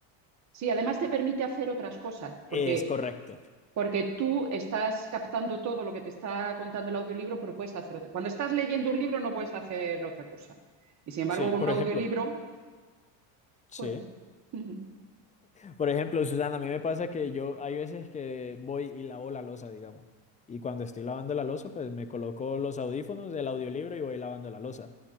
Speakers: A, on the right; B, on the left.
A: sí, además te permite hacer otras cosas, porque
B: Es correcto.
A: porque tú estás captando todo lo que te está contando el audiolibro, pero puedes hacer otra. cosa. Cuando estás leyendo un libro no puedes hacer otra cosa. Y sin embargo,
B: Sí,
A: con
B: por
A: un audiolibro
B: ejemplo, sí.
A: puedes. Ujú,
B: Por ejemplo, Susana, a mí me pasa que yo hay veces que voy y lavo la losa, digamos. Y cuando estoy lavando la losa, pues me coloco los audífonos del audiolibro y voy lavando la losa.